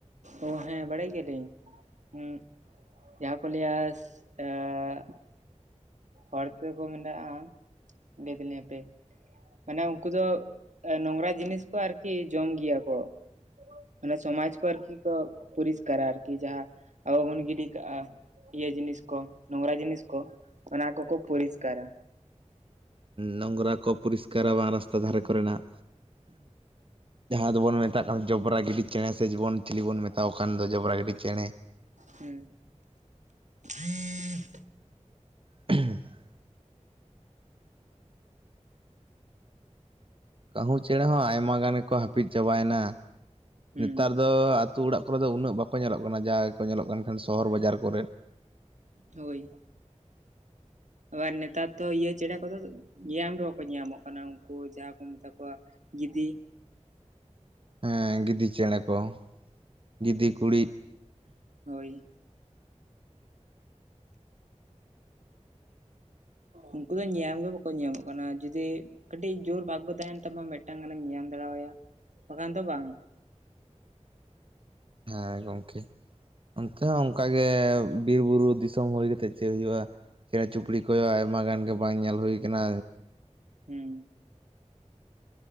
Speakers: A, on the right; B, on the right.
A: ᱚ ᱦᱮᱸ ᱵᱟᱲᱟᱭ ᱜᱮᱭᱟᱞᱤᱧ ᱾ <inaudible> ᱡᱟᱦᱟᱸ ᱠᱚ ᱞᱟᱹᱭᱟ <unintelligible> <unintelligible> ᱢᱮᱱᱟᱜᱼᱟ ᱞᱟᱹᱭ ᱮᱫᱟᱞᱤᱧᱟ ᱦᱟᱯᱮ ᱢᱟᱱᱮ ᱩᱱᱠᱩ ᱫᱚ ᱱᱚᱝᱨᱟ ᱡᱤᱱᱤᱥ ᱠᱚ ᱟᱨᱠᱤ ᱡᱚᱢ ᱜᱮᱭᱟ ᱠᱚ᱾ ᱢᱟᱱᱮ ᱥᱚᱢᱟᱡ ᱠᱚ ᱟᱨᱠᱤ ᱠᱚ ᱯᱚᱨᱤᱥᱠᱟᱨᱟ ᱟᱨᱠᱤ ᱡᱟᱦᱟᱸ ᱟᱵᱚ ᱵᱚᱱ ᱜᱤᱰᱤ ᱠᱟᱜᱼᱟ᱾ ᱤᱭᱟᱹ ᱡᱤᱱᱤᱥ ᱠᱚ ᱱᱚᱝᱨᱟ ᱡᱤᱱᱤᱥ ᱠᱚ ᱚᱱᱟ ᱠᱚᱠᱚ ᱯᱚᱨᱤᱥᱠᱟᱨᱟ᱾
B: ᱱᱚᱝᱨᱟ ᱠᱚ ᱯᱚᱨᱤᱥᱠᱟᱨᱟ ᱵᱟᱝ ᱨᱟᱥᱛᱟ ᱫᱷᱟᱨᱮ ᱠᱚᱨᱮᱱᱟᱜ ᱡᱟᱦᱟᱸ ᱫᱚᱵᱚᱱ ᱢᱮᱛᱟᱜ ᱠᱟᱱᱟ ᱡᱚᱵᱨᱟ ᱜᱤᱰᱤ ᱪᱮᱬᱮ ᱥᱮ ᱡᱤᱵᱚᱱ ᱪᱤᱞᱤ ᱵᱚᱱ ᱢᱮᱛᱟᱣ ᱠᱟᱱ ᱫᱚ ᱡᱚᱵᱨᱟ ᱜᱤᱰᱤ ᱪᱮᱬᱮ ᱾
A: ᱦᱮᱸ ᱦᱮᱸ <inaudible>
B: <inaudible> ᱠᱟᱹᱦᱩ ᱪᱮᱬᱮ ᱦᱚᱸ ᱟᱭᱢᱟ ᱜᱟᱱ ᱜᱮᱠᱚ ᱦᱟᱹᱯᱤᱫ ᱪᱟᱵᱟᱭᱮᱱᱟ ᱾
A: ᱦᱩᱸ
B: ᱱᱮᱛᱟᱨ ᱫᱚ ᱫᱚ ᱟᱛᱳ ᱚᱲᱟᱜ ᱠᱚᱨᱮ ᱫᱚ ᱩᱱᱟᱹᱜ ᱵᱟᱠᱚ ᱧᱮᱞᱚᱜ ᱠᱟᱱᱟ ᱡᱟ ᱜᱮᱠᱚ ᱧᱮᱞᱚᱜ ᱠᱟᱱ ᱠᱷᱟᱱ ᱥᱚᱦᱚᱨ ᱵᱟᱡᱟᱨ ᱠᱚᱨᱮᱫ ᱾
A: ᱦᱳᱭ ᱾ ᱟᱵᱟᱨ ᱱᱮᱛᱟᱨ ᱫᱚ ᱤᱭᱟᱹ ᱪᱮᱬᱮ ᱠᱚᱫᱚ ᱧᱤᱭᱟᱢ ᱜᱮ ᱵᱟᱠᱚ ᱧᱮᱧᱟᱢᱚᱜ ᱠᱟᱱᱟ ᱩᱱᱠᱩ ᱡᱟᱦᱟᱸ ᱠᱚ ᱢᱮᱛᱟ ᱠᱚᱣᱟ ᱜᱤᱫᱤ᱾
B: ᱦᱮᱸ ᱜᱤᱫᱤ ᱪᱮᱬᱮ ᱠᱚ ᱜᱤᱫᱤ, ᱠᱩᱬᱤᱫ ᱾
A: ᱦᱳᱭ ᱾ ᱩᱱᱠᱩ ᱫᱚ ᱧᱮᱧᱟᱢ ᱜᱮ ᱵᱟᱠᱚ ᱧᱮᱧᱟᱢᱚᱜ ᱠᱟᱱᱟ ᱡᱩᱫᱤ ᱠᱟᱹᱴᱤᱡ ᱡᱳᱨ ᱵᱷᱟᱜᱜᱳ ᱛᱟᱦᱮᱱ ᱛᱟᱢᱟ ᱢᱤᱫᱴᱟᱝ ᱜᱟᱱᱮᱢ ᱧᱟᱢ ᱫᱟᱲᱮ ᱟᱭᱟ ᱵᱟᱠᱷᱟᱱ ᱫᱚ ᱵᱟᱝ᱾
B: ᱦᱮᱸ ᱜᱚᱢᱠᱮ᱾ ᱚᱱᱛᱮ ᱦᱚᱸ ᱝᱠᱟᱜᱮ ᱵᱤᱨᱵᱩᱨᱩ ᱫᱤᱥᱚᱢ ᱦᱩᱭ ᱠᱟᱛᱮᱜ ᱪᱮᱫ ᱦᱩᱭᱩᱜᱼᱟ ᱾ ᱪᱮᱬᱮ ᱪᱩᱯᱲᱤ ᱠᱚᱭᱚ ᱟᱭᱢᱟ ᱜᱟᱱ ᱜᱮ ᱵᱟᱝ ᱧᱮᱞ ᱦᱳᱭ ᱟᱠᱟᱱᱟ᱾
A: ᱦᱮᱸ ᱾